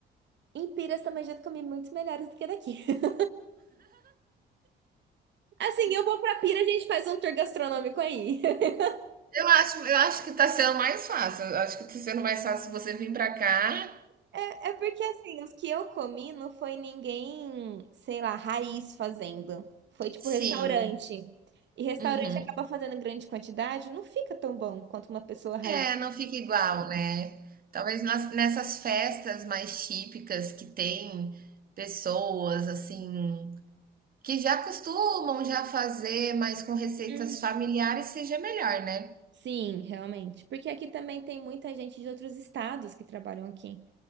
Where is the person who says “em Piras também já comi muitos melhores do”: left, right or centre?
Right